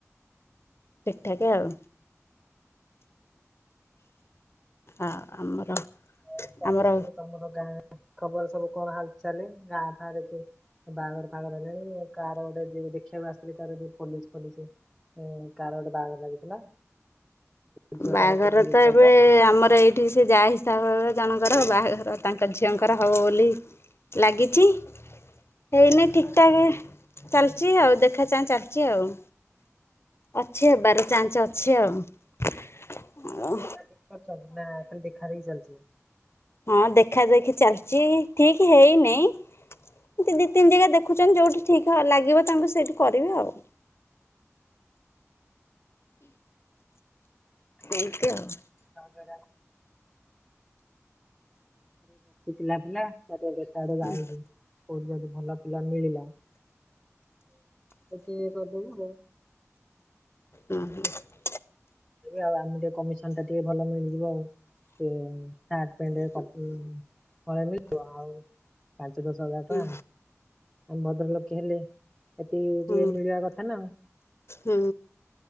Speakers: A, on the left; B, in the centre.
A: ଠିକଠାକ ଆଉ। ଆ ଆମର
B: ଆଉ କଣ
A: ଆମର
B: ସବୁ ତମର ଗାଁ ଖବର ସବୁ କଣ ହାଲ ଚାଲେ ଗାଁ ଫାଁରେ କି? ବାହାଘର ଫାଘର ହେଲାଣି କାର ଗୋଟେ ଝିଅକୁ ଦେଖିବାକୁ ଆସିଥିଲେ ତାର ଯଉ ପୋଲିସ ଫୋଲିସ ହୁଁ କାର ଗୋଟେ ବାହାଘର ଲାଗିଥିଲା। ଝିଅଟାରକୁ
A: ବାହାଘର
B: ପୋଲିସ
A: ତ
B: ସହିତ
A: ଏବେ ଆମର ଏଇଠି ସେ ଯା ତାପରେ ଜଣଙ୍କର ବାହାଘର ତାଙ୍କ ଝିଅଙ୍କର ହବ ବୋଲି ଲାଗିଛି। ହେଇନି ଠିକଠାକ ଚାଲିଛି ଆଉ ଦେଖା ଚାହାଁ ଚାଲିଛି ଆଉ। ଅଛି ହେବାର ଚାନ୍ସ ଅଛି ଆଉ ମୁଁ
B: <inaudible> ନାଁ ଖାଲି ଦେଖାଦେଖି ଚାଲଛି?
A: ହଁ ଦେଖା ଦେଖି ଚାଲିଛି ଠିକ ହେଇନେଇଁ। ଏ ଦି ତିନି ଜାଗା ଦେଖୁଛନ୍ତି ଯୋଉଠି ଠିକ ଲାଗିବ ତାଙ୍କୁ ସେଇଠି କରିବେ ଆଉ।
B: ହ
A: ଏମତି ଆଉ।
B: <unintelligible> ଦେଖଆଡେ ଯାଉଛି କୋଉଠି
A: ହୁଁ
B: ଯଦି ଭଲ ପିଲା ମିଳିଲା <inaudible> କରିଦବୁ ଆଉ।
A: ହୁଁ ହୁଁ।
B: ଆଉ ଆମକୁ ଟିକେ କମିଶନ ଟା ଟିକେ ଭଲ ମିଳିଯିବ ଆଉ। ସାର୍ଟ ପ୍ୟାଣ୍ଟ କପ ହଳେ ମିଳିଯିବ ଆଉ ପାଞ୍ଚ ଦଶ ହଜାର ଟଙ୍କା
A: ହୁଁ
B: ଆମ ଭଦ୍ର ଲୋକେ ହେଲେ ଏତିି
A: ହୁଁ
B: ଟିକେ ମିଳିବା କଥା ନାଉ।
A: ହୁଁ